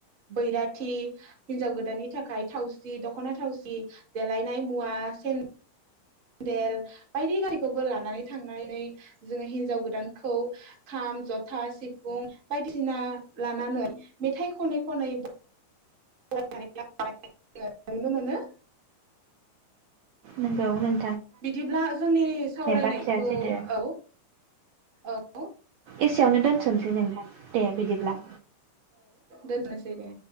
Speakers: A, on the right; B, on the right.
A: बैराथि हिनजाव गोदाननि थाखाय थावसि दख'ना थावसि देलायनाय मुवा सेन देल बायदि गारिखौबो लानानै थांनानै जोङो हिनजाव गोदानखौ खाम जथा सिफुं बायदिसिना लानानै मेथाइ खनै खनै <unintelligible> नुनो मोनो।
B: नोंगौ नों
A: बिदिब्ला जोंनि सावरायनायखौ
B: बाथ्राया सैथो
A: औ। औ।
B: एसेयावनो दोनथ'नोसै नोंथां दे बिदिब्ला।
A: दोन्थनोसै दे।